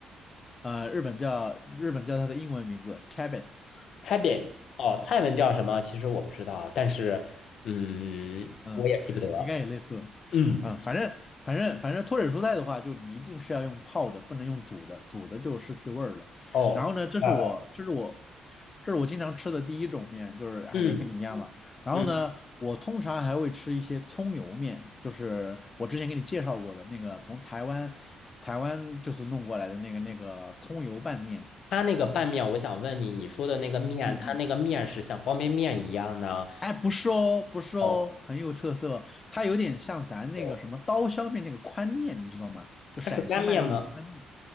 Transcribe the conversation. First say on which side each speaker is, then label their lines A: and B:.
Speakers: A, on the left; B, on the left.
A: 呃，日本叫日本叫它的英文名字 cabbage，
B: 台北哦，泰文叫什么？其实我不知道，但是嗯，
A: 嗯，
B: 我也记不得。
A: 应该也类似吧。
B: 嗯，
A: 啊、反正反正反正脱水蔬菜的话，就你一定是要用泡的，不能用煮的，煮的就失去味儿了。
B: 哦，
A: 然后呢，这是我这是我
B: 坏了。
A: 这是我经常吃的第一种面，就是哎也是跟你一样吧。
B: 嗯
A: 然后呢，
B: 嗯，
A: 我通常还会吃一些葱油面，就是我之前给你介绍过的那个从台湾台湾就是弄过来的那个那个葱油拌面。
B: 它那个拌面，我想问你，你说的那个面，
A: 嗯嗯
B: 它那个面是像方便面一样呢？
A: 哎，不是哦，不是哦，
B: 哦
A: 很有特色。它有点像咱那个什么刀削面那个宽面，
B: 哦，
A: 你知道吗？就陕西卖的那种宽面，
B: 它是干面吗？